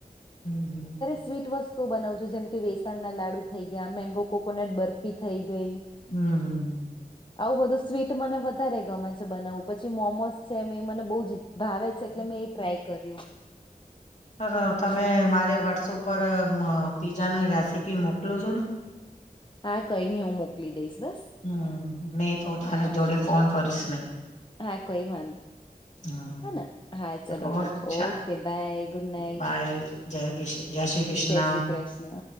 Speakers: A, on the left; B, on the left.
A: હમ
B: સ્વીટ વસ્તુ બનાવ છું જેમ કે વેસણના લાડુ થઈ ગયા મેંગો કોકોનટ બર્ફી થઈ ગઈ.
A: હમ હમ
B: આવું બધું સ્વીટ મને વધારે ગમે છે બનાવવું પછી મોમોસ છે એ મને બહ જ ભાવે છે એટલે મેં એ ટ્રાય કર્યું
A: સર તમે
B: હમ
A: મારે વોટ્સઅપ પર પીઝાની રેસીપી મોકલો છો ને
B: હા કઈ નહી હું મોકલી દઈશ બસ
A: હમ મેહી તો
B: હા
A: તારે જોડે ફોન કરીશ મેં
B: હા કઈ વાંધ
A: હમ
B: હે હા ચલો
A: ઓર
B: ઠીક
A: ચા
B: okay bye good night
A: bye જય કૃષણ જય શ્રી કૃષ્ણ
B: જય શ્રી કૃષ્ણ